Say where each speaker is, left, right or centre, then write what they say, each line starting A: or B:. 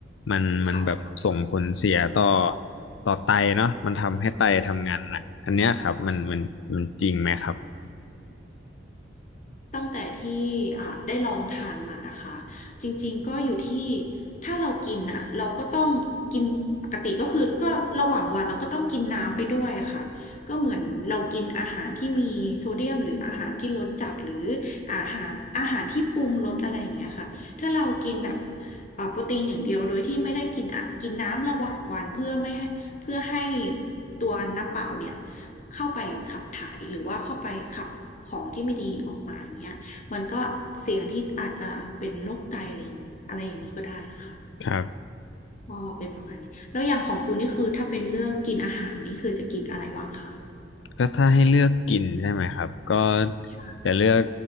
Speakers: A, on the left; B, on the left.
A: มันมันแบบส่งผลเสียต่อ
B: ค่ะ
A: ต่อไตเนาะมันทำให้ไตทำงานหนักอันเนี้ยครับมันมันมันจริงไหมครับ
B: ตั้งแต่ที่อ่ะได้ลองทานมานะคะจริงๆก็อยู่ที่ถ้าเรากินอ่ะเราก็ต้องกินปกติก็คือก็ระหว่างวันเราก็ต้องกินน้ำไปด้วยอะค่ะก็เหมือนเรากินอาหารที่มีโซเดียมหรืออาหารที่รสจัดหรืออาหารอาหารที่ปรุงรสอะไรอย่างเงี้ยค่ะถ้าเรากินแบบเอ่อโปรตีนอย่างเดียวโดยที่ไม่ได้กินอะกินน้ำระหว่างวันเพื่อไม่ให้เพื่อให้ตัวน้ำเปล่าเนี่ย เข้าไปขับถ่ายหรือว่าเข้าไปขับของที่ไม่ดีออกมาอย่างเงี้ยมันก็เสี่ยงที่อาจจะเป็นโรคไตอะไรอย่างอะไรอย่างนี้ก็ได้ค่ะ
A: ครับ
B: ก็เป็นประมาณนี้แล้วอย่างของคุณนี่คือถ้าเป็นเลือกกินอาหารนี่คือจะกินอะไรบ้างคะ
A: ก็ถ้าให้เลือกกินใช่ไหมครับก็
B: ใช่
A: จะเลือก